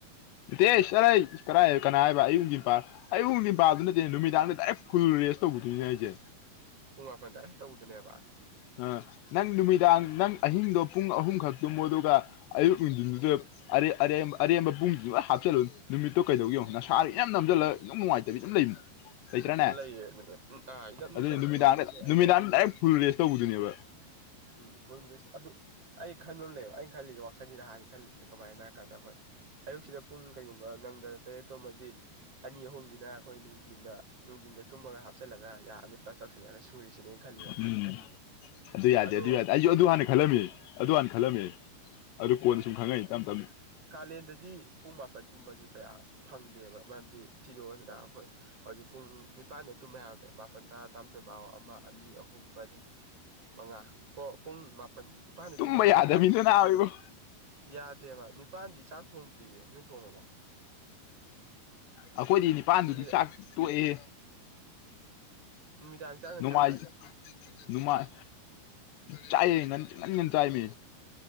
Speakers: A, on the left; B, on the right.
A: ꯗꯦ ꯆꯔ ꯀꯔꯥꯏ ꯀꯅꯥ ꯍꯥꯏꯕ ꯑꯌꯨꯛ ꯄꯥ ꯑꯌꯨꯛ ꯅꯨꯡꯖꯤꯟ ꯄꯄꯥꯗꯨꯅ ꯅꯨꯃꯤꯗꯥꯡꯗ ꯗꯥꯏꯦ ꯐꯨꯜ ꯔꯦꯁ ꯇꯧꯕꯗꯨꯣꯏꯅꯦ ꯍꯥꯏꯁꯦ
B: ꯄꯨꯡ ꯃꯥꯄꯟꯗ ꯑꯩ ꯇꯧꯗꯨꯅꯦꯕ
A: ꯑ ꯅꯪ ꯅꯨꯃꯤꯗꯥꯡ ꯅꯪ ꯑꯍꯤꯡꯗꯣ ꯄꯨꯡ ꯑꯍꯨꯝ ꯈꯛꯇꯃꯨ ꯑꯗꯨꯒ ꯑꯌꯨꯛ ꯅꯨꯡꯊꯤꯟꯗꯨꯗ ꯑꯔꯦꯝꯕ ꯑꯔꯦꯝꯕ ꯄꯨꯡꯗꯨ ꯍꯥꯞꯆꯤꯜꯂꯨ ꯅꯨꯃꯤꯠꯇꯣ ꯀꯩꯗꯧꯒꯤꯉꯨ ꯅꯁꯥꯔꯤ ꯌꯥꯝ ꯅꯝꯁꯤꯜꯂꯒ ꯏꯅꯨꯡ ꯅꯨꯡꯉꯥꯏꯇꯕꯤ ꯌꯥꯝ ꯂꯩꯃꯤꯅꯤ ꯂꯩꯇ꯭ꯔꯥꯅꯦ
B: ꯂꯩꯌꯦ ꯑꯗꯨꯅ ꯎꯝ ꯑꯥ ꯏꯅꯝ ꯅꯝꯖꯜꯂ
A: ꯑꯗꯨꯅꯦ ꯅꯨꯃꯤꯗꯥꯡꯗ
B: ꯅꯨꯡꯉꯥꯏꯇꯕ ꯂꯩ ꯑꯗꯣ
A: ꯅꯨꯃꯤꯗꯥꯡ ꯗꯥꯏꯔꯦꯛ ꯐꯔꯨꯔꯦ ꯇꯧꯕꯗꯨꯅꯦꯕ
B: ꯎꯝꯁ ꯑꯗꯨ ꯑꯩ ꯈꯟꯕ ꯑꯃ ꯂꯩꯕ ꯑꯩꯅ ꯈꯜꯂꯤꯁꯦ ꯋꯥꯈꯜꯁꯤꯅ ꯍꯥꯟꯅ ꯈꯜꯂꯤꯁꯤꯅ ꯀꯃꯥꯏꯅ ꯍꯥꯏ ꯀꯥꯟꯗ ꯑꯩꯈꯣꯏ ꯑꯌꯨꯛꯁꯤꯗ ꯄꯨꯡ ꯀꯩꯒꯨꯝꯕ ꯅꯪꯗꯅ ꯇꯔꯦꯠꯇꯣꯃꯗꯤ ꯑꯅꯤ ꯑꯍꯨꯝꯁꯤꯅ ꯑꯩꯈꯣꯏ ꯅꯨꯡꯊꯤꯟꯗ ꯅꯨꯡꯊꯤꯟꯗ ꯇꯨꯝꯃꯒ ꯍꯥꯞꯆꯤꯜꯂꯒ ꯌꯥꯔꯅꯤ ꯄ ꯆꯉꯒ ꯁꯨꯔꯤꯁꯤꯅꯦꯩꯅ ꯈꯜꯂꯤꯁ ꯋꯥꯈꯜꯁꯤꯗ
A: ꯎꯝ ꯑꯗꯨ ꯌꯥꯗꯦ
B: ꯑꯗꯣ
A: ꯑꯗꯨ ꯌꯥꯗꯦ ꯑꯩꯁꯨ ꯑꯗꯨ ꯍꯥꯟꯅ ꯈꯜꯂꯝꯃꯤ ꯑꯗꯨ ꯍꯥꯟꯅ ꯈꯜꯂꯝꯃꯤ ꯑꯗꯨ ꯀꯣꯟꯅ ꯁꯨꯝ ꯈꯪꯉꯛꯅꯤ ꯇꯞ ꯇꯞꯅꯤ
B: ꯀꯂꯦꯟꯗꯗꯤ ꯄꯨꯝ ꯃꯥꯄꯟ ꯇꯨꯝꯕꯁꯦ ꯀꯌꯥ ꯐꯪꯗꯦꯕ ꯃꯔꯝꯗꯤ ꯊꯤꯗꯣꯛꯑꯗꯅ ꯑꯩꯈꯣꯏ ꯍꯧꯖꯤꯛ ꯄꯨꯡ ꯅꯤꯄꯥꯟꯗ ꯇꯨꯝꯕ ꯌꯥꯕꯅꯦ ꯀꯨꯟꯊ꯭ꯔꯥ ꯇꯥꯝꯊꯣꯏꯕꯥꯥꯎ ꯑꯃ ꯑꯅꯤ ꯑꯍꯨꯝ ꯃꯔꯤ ꯃꯉꯥ ꯍꯣ ꯄꯨꯡ ꯃꯥꯄꯟ ꯅꯤꯄꯥꯟꯗ
A: ꯇꯨꯝꯕ
B: ꯇꯨꯝꯃꯗꯤ
A: ꯌꯥꯗ
B: ꯐꯪ ꯃꯥꯜꯅꯦ
A: ꯃꯤꯗꯨꯅꯅꯥ ꯑꯣꯏꯕ ꯦ
B: ꯌꯥꯗꯦꯕ ꯅꯤꯄꯥꯟꯗꯤ ꯆꯥꯛ ꯊꯣꯡꯗ꯭ꯔꯤꯌꯦ ꯅꯣꯏ ꯊꯣꯡꯉꯕꯣ
A: ꯑꯩꯈꯣꯏꯗꯤ ꯅꯤꯄꯥꯥꯟꯗꯨꯗꯤ
B: ꯅꯨꯃꯤꯗꯥꯡ
A: ꯆꯥꯛ ꯇꯣꯛꯑꯦ
B: ꯅꯨꯃꯤꯗꯥꯡ ꯆꯥꯛ ꯉꯟ
A: ꯣꯡꯃꯥꯏ
B: ꯆꯥꯕ꯭ꯔꯥ ꯍꯥꯏꯁꯦ
A: ꯅꯨꯡꯃꯥꯏ ꯆ ꯉꯟꯟ ꯆ ꯃꯤ